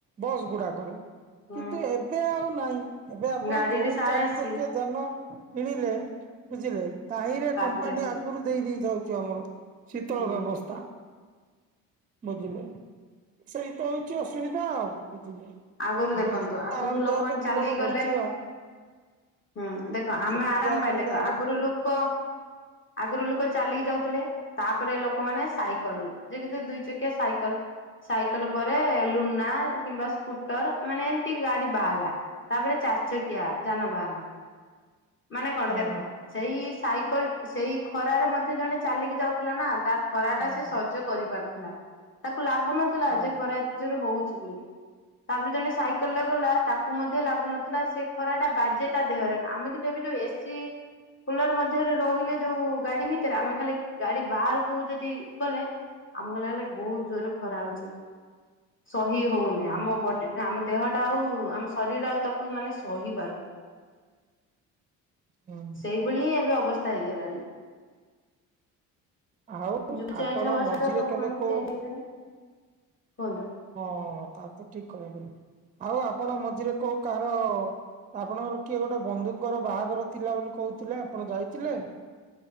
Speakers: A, on the right (about 20°); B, on the left (about 30°).
A: ବସ୍ ଗୁଡା କରେ।
B: ହୁଁ
A: କିନ୍ତୁ ଏବେ ଆଉ ନାଇଁ ଏବେ ଆପଣ
B: ଗାଡିରେ
A: ଯୋଉଁ
B: ସାରା
A: ଚାରି
B: ଏସି
A: ଚକିଆ ଯାନ କିଣିଲେ ବୁଝିଲେ ତାହିଁରେ
B: ତା
A: କମ୍ପାନୀ
B: ଦେହରେ ଏସି
A: ଆଗରୁ ଦେଇ ଦେଇଥାଉଚି ଆମର ଶୀତଳ
B: ହୁଁ
A: ବ୍ୟବସ୍ଥା। ବୁଝିଲେ ସେଇତ ହଉଚି ଅସୁବିଧା ଆଉ ବୁଝିଲେ
B: ଆଗରୁ
A: ଆମେ
B: ଦେଖନ୍ତୁ
A: ଯେତେ
B: ଆଗରୁ
A: ଆରାମଦାୟକ
B: ଲୋକମାନେ ଚାଲିକି
A: ଜୀବନ
B: ଗଲେ।
A: ବଞ୍ଚିବା
B: ହୁଁ। ଦେଖ ଆମେ
A: ଯେତିକି
B: ଆରାମ
A: ଆରାମଦାୟକ
B: ପାଇଁ ଦେଖ ଆଗରୁ
A: ଜୀବ
B: ଲୋକ ଆଗରୁ ଲୋକ ଚାଲିକି ଯାଉଥିଲେ। ତାପରେ ଲୋକମାନେ ସାଇକଲ ଦେଖିଚ ଦୁଇ ଚକିଆ ସାଇକଲ। ସାଇକଲ ପରେ ଏ ଲୁନା କିମ୍ବା ସ୍କୁ ତର ମାନେ ଏମତି ଗାଡି ବାହାରିଲା ତାପରେ ଚାରି ଚକିଆ ଯାନବାହାନ ମାନେ କଣ
A: ହୁଁ
B: ଦେଖ ସେଇ ସାଇକଲ ସେଇ ଖରାରେ ମଧ୍ୟ ଜଣେ ଚାଲିକି ଯାଉଥିଲା ନା ତା ଖରା
A: ହୁଁ
B: ଟା
A: ହୁଁ
B: ସେ ସଜ୍ଜ କରି ପାରିଥିଲା ତାକୁ ଲାଗୁନ ଥିଲା
A: ହୁଁ
B: ଯେ ଖରା ଏତେ ଯୋରେ ହଉଛି ବୋଲି। ତାପରେ ଜଣେ ସାଇକଲ ରେ ଗଲା ତାକୁ ମଧ୍ୟ ଲାଗୁନଥିଲା ସେ ଖରା ଟା ବାଜେ ତା ଦେହରେ ନା ଆମେ କିନ୍ତୁ ଯେବେଠୁ ଏସି କୁଲର ମଧ୍ୟରେ ରହିଲେ ଯୋଉ ଗାଡି ଭିତରେ ଆମେ ଖାଲି ଗାଡି ବାହାରକୁ ଯଦି ଗଲେ ଆମକୁ ଲାଗିଲାକି ବହୁତ ଜୋରରେ ଖରା ହଉଛି। ସହି ହଉନି
A: ହୁଁ
B: ଆମ ବଡିଟା ଆମ ଦେହଟା ଆଉ ଆମ ଶରୀର ଆଉ ତାକୁ ମାନେ ସହି ପାରୁନି।
A: ହୁଁ
B: ସେଇଭଳି ହିଁ ଏବେ ଅବସ୍ଥା ହେଇଗଲାଣି।
A: ଆଉ
B: ଯୋଉଠି
A: ଆପଣ
B: ଚେଞ୍ଜ ହବାକଥା
A: ମଝିରେ
B: ସେଠାର ଲୋକମାନେ
A: କେବେ
B: ବି
A: କୋଉ
B: ଚେଞ୍ଜ ହେଇଲେଣି। କୁହନ୍ତୁ।
A: ହଁ ତା ତ ଠିକ୍ କହିଦେଲେ ଆଉ ଆପଣ ମଝିରେ କୋଉ କାହାର। ଆପଣଙ୍କର କିଏ ଗୋଟେ ବନ୍ଧୁଙ୍କର ବାହାଘର ଥିଲା ବୋଲି କହୁଥିଲେ ଆପଣ ଯାଇଥିଲେ।